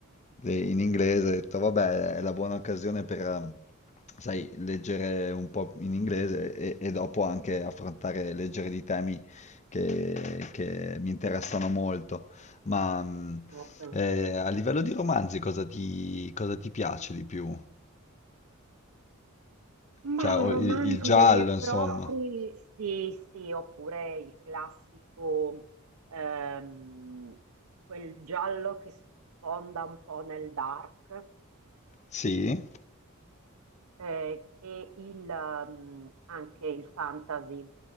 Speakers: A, on the left; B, on the right.
A: de- in inglese. Ho detto, vabbè, è la buona occasione per, eh, sai, leggere un po' in inglese e, e dopo anche affrontare, leggere di temi che che mi interessano molto. Ma mh,
B: eh, eh,
A: eh, a livello di romanzi cosa ti, cosa ti piace di più?
B: Ma
A: Cioè, o
B: romanzo
A: il, il giallo,
B: veri e
A: insomma.
B: propri, sì, sì, oppure il classico, ehm, quel giallo che sfonda un po' nel dark,
A: Sì?
B: eh, e il, ehm, anche il fantasy,